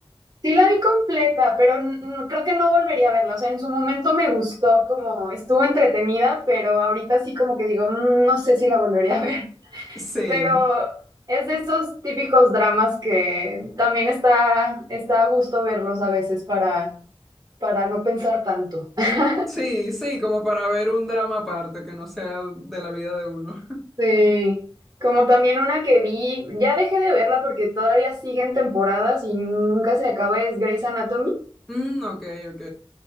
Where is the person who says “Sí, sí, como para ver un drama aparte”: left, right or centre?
Centre